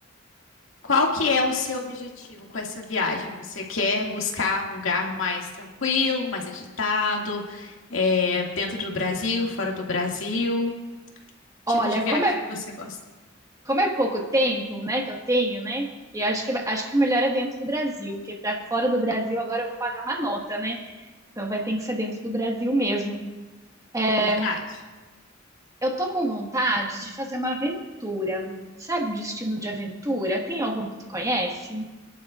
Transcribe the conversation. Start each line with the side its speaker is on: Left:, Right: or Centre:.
Left: Qual que é o seu objetivo com essa viagem? Você quer buscar um lugar mais tranquilo, mais agitado, é, dentro do Brasil, fora do Brasil? Tipo
Right: Olha,
Left: de viagem
Right: como é,
Left: que você gosta?
Right: como é pouco tempo, né, que eu tenho, né? E acho que, vai- acho que o melhor é dentro do Brasil, porque pra fora do Brasil agora eu vou pagar uma nota, né? Então vai ter que ser dentro do Brasil mesmo. É,
Left: É verdade.
Right: Eu tô com vontade de fazer uma aventura. Sabe, destino de aventura? Tem algum que tu conhece?